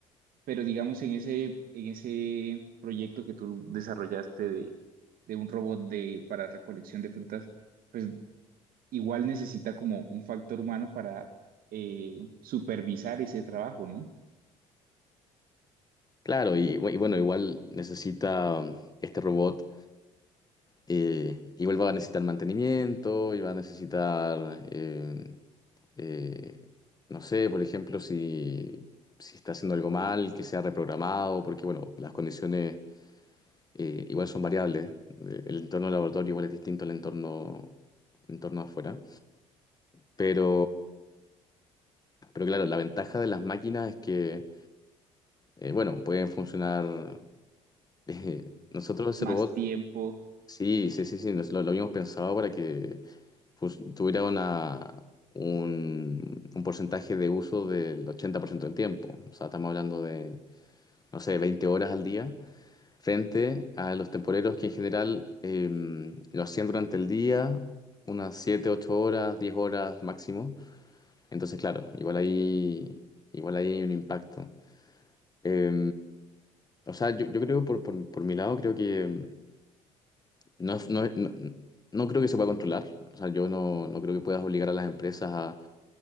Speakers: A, on the right; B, on the left.
A: pero digamos en ese, en ese proyecto que tú desarrollaste de, de un robot de, para recolección de frutas, pues igual necesita como un factor humano para eh, supervisar ese trabajo, ¿no?
B: Claro, y, bu- y bueno, igual necesita mm, este robot Eh, igual va a necesitar mantenimiento, y va a necesitar, eh, eh, no sé, por ejemplo, si, si está haciendo algo mal, que sea reprogramado, porque bueno, las condiciones eh, igual son variables. Eh, El entorno del laboratorio igual es distinto al entorno, entorno afuera. Pero, pero claro, la ventaja de las máquinas es que, eh, bueno, pueden funcionar. <laughs> eh, nosotros ese
A: Más
B: robot
A: tiempo
B: Sí, sí, sí, sí, nos lo, lo habíamos pensado para que pues, tuviera una, un, un porcentaje de uso del 80% del tiempo. O sea, estamos hablando de, no sé, 20 horas al día, frente a los temporeros que en general eh, lo hacían durante el día, unas 7, 8 horas, 10 horas máximo. Entonces, claro, igual ahí, igual ahí hay un impacto. Eh, o sea, yo, yo creo, por, por, por mi lado, creo que... No, es- no, es- no, no creo que se pueda controlar. O sea, yo no, no creo que puedas obligar a las empresas a,